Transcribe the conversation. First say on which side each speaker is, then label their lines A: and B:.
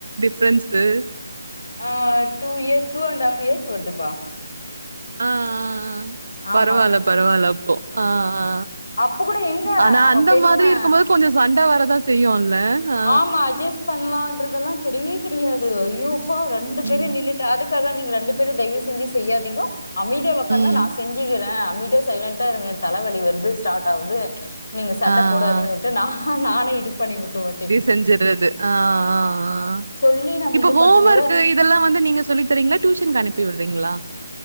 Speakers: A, on the right (about 70°); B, on the left (about 60°).
A: ஃப்ரெண்ட்ஸு
B: ஆ two years two and half years வருதுப்பா
A: ஆ ஆ ஆ
B: ஆமா
A: பரவால்ல பரவால்ல ஓ ஆ ஆ
B: அப்ப கூட எங்க
A: ஆனா
B: அவன்
A: அந்த
B: பெரியவன்
A: மாதிரி இருக்கும்போது கொஞ்சோ சண்ட வரதா செய்யும்ல ஆ.
B: ஆமா அட்ஜஸ்ட் பண்லான்றதெல்லா கெடையவே கெடையாது ஐயோ அப்பா ரெண்டு
A: ஆ.
B: பேரும்
A: ம்.
B: நின்னுட்டு அதுக் காக நீங்க ரெண்டு பேரும் தயவு செஞ்சு செய்யாதீங்கோ அமைதியா ஒக்காந்தா
A: ம்
B: நா செஞ்சுக்குற அமைதியா சைலன்ட் டா இருங்க தலவலி வருது ஸ்டார்ட் ஆவுது நீங்க சண்ட
A: ஆ ஆ
B: போடாதீங்கன்ட்டு நா நானே இது பண்ணிவிட்டு வண்ட்டு
A: செஞ்சுடுறது ஆ ஆ ஆ ஆ ஆ
B: சொல்லி நம்ம
A: இப்ப
B: இது
A: ஹோம்
B: பண்றதோட
A: ஒர்க்கு இதெல்லா வந்து நீங்க சொல்லித் தரீங்களா டியூஷன்க்கு அனுப்பி விடுறீங்களா